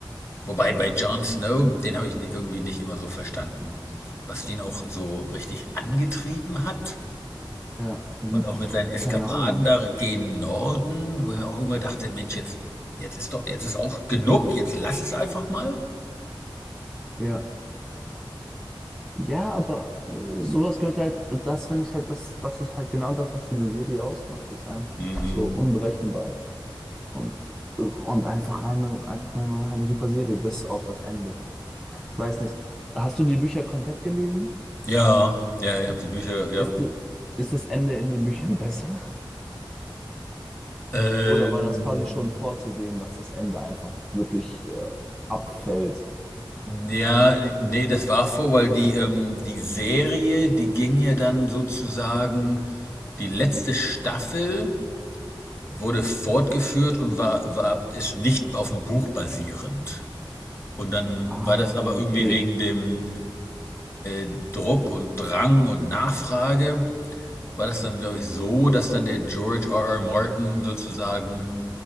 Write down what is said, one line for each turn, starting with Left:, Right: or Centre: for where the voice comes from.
Left: Wobei
Centre: Ja.
Left: bei Jon Snow, den habe ich irgendwie nicht immer so verstanden, was den auch so richtig angetrieben hat
Centre: Ja, hm,
Left: und auch
Centre: pff,
Left: mit seinen Eskapaden
Centre: keine Ahnung.
Left: da gegen Norden, wo ich mir auch irgendwann dachte, Mensch, jetzt, jetzt ist doch, jetzt ist auch genug, jetzt lass es einfach mal.
Centre: Ja. Ja, aber äh, sowas gehört halt, das finde ich halt, das, das ist halt genau das, was diese Serie ausmacht. Das ist einfach
Left: Mhm.
Centre: so unberechenbar. Und, und einfach eine, einfach mal eine super Serie bis auf das Ende. Ich weiß nicht, hast du die Bücher komplett gelesen?
Left: Ja, ja, ich habe die Bücher, ja.
Centre: Ist, de- ist das Ende in den Büchern <laughs> besser?
Left: Ähm,
Centre: Oder war das quasi schon vorzusehen, dass das Ende einfach wirklich äh, abfällt?
Left: Ja, nee, das war vor, weil die, ähm, die Serie, die ging ja dann sozusagen, die letzte Staffel wurde fortgeführt und war, war, ist nicht auf dem Buch basierend. Und dann
Centre: Ah,
Left: war das aber
Centre: okay.
Left: irgendwie wegen dem Druck und Drang und Nachfrage, war das dann, glaube ich, so, dass dann der George R. R. Martin sozusagen